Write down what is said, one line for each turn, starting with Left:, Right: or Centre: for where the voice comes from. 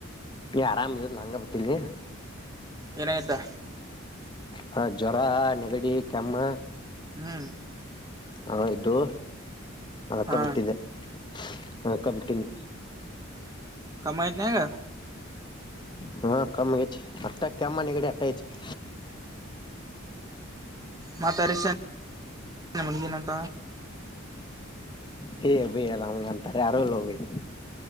Left: ಏ ಆರಾಮಿರಲಿಲ್ಲ ಹಂಗ ಬಿಟ್ಟೀನಿ.
Right: ಏನಾಯ್ತಾ
Left: ಹ ಜ್ವರ ನೆಗಡಿ ಕೆಮ್ಮ
Right: ಹ್ಮ್
Left: ಅವಿದ್ವು ಅದಕ್ಕ
Right: ಹಾ
Left: ಬಿಟ್ಟಿದೆ. ಮಲ್ಕಬಿಟಿನಿ
Right: ಕಮ ಅಯ್ತಂನೀಗ
Left: ಹಾ ಕಮಿ ಆಗೈತಿ ಕೆಮ್ಮ ನಗಡಿ ಆಟ ಅಯ್ತಿ <inaudible>
Right: ಮತ್ತ ಅರೀಶ್ <unintelligible>
Left: ಹೇ ಭಯ್ ಅಲ್ಲಾಗಂತಾರೆ ಯಾರಲ್ಲೋ ಭಯ್